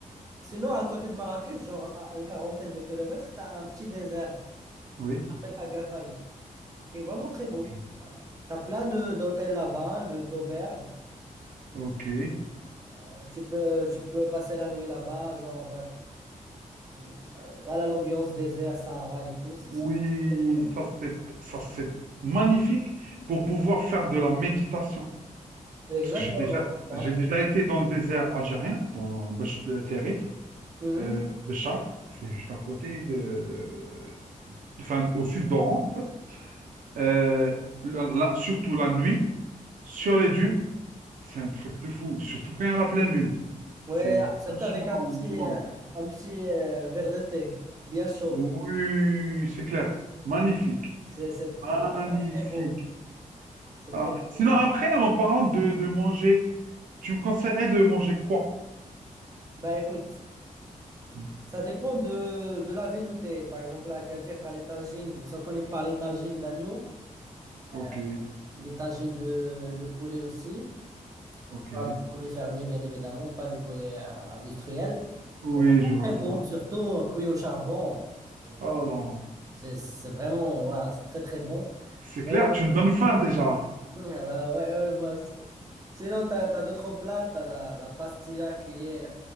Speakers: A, on the right (about 25°); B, on the right (about 80°).
A: sinon, à côté de Marrakech, genre à une quarantaine de kilomètres, t'as un petit désert
B: ouais.
A: qui s'appelle Agafay. C'est vraiment très beau.
B: Oui.
A: Tu as plein de d'hôtels là-bas, hein, de d'auberges.
B: Ok.
A: Euh, Tu peux, tu peux passer la nuit là-bas, genre, euh, euh, voilà l'ambiance désert, Sahara et tout, c'est
B: Oui,
A: c'est très bon.
B: ça c'est ça c'est magnifique pour pouvoir faire de la méditation.
A: Exactement
B: Parce que j'ai déjà,
A: ça.
B: j'ai déjà été dans le désert algérien, dans Bach- de Territ,
A: Mhm.
B: euh, Béchar, c'est juste à côté de, de- enfin, au sud d'Oran, en fait. Euh, la- la- surtout la nuit, sur les dunes, c'est un truc de fou, surtout quand il y a la pleine lune.
A: Ouais,
B: C'est
A: surtout
B: franchement,
A: avec un petit,
B: wow.
A: euh, un petit euh, verre de thé, bien chaud.
B: Oui, c'est clair. Magnifique.
A: C'est c'est
B: Magnifique.
A: vraiment très beau. C'est
B: Voilà.
A: très, très
B: Sinon,
A: beau.
B: après, en parlant de, de manger, tu me conseillerais de manger quoi?
A: Bah écoute,
B: Hmm.
A: ça dépend de, de la ville où t'es. Par exemple, à Agadir, t'as les tagines. Ils sont connus par les tagines d'agneau. euh,
B: Ok,
A: Les tagines de, de poulet aussi.
B: ok.
A: Je parle du poulet fermier, bien évidemment, pas le poulet euh, industriel.
B: Oui,
A: C'est vraiment
B: je vois
A: très
B: ça.
A: bon, surtout euh, cuit au charbon. Euh,
B: Oh là là,
A: c'est c'est vraiment, voilà, c'est très très bon.
B: c'est clair,
A: Euh,
B: tu me donnes faim déjà.
A: ouais, bah ouais, ouais, moi aussi. Sinon, tu as, d'autres plats. Tu as la, la pastilla qui est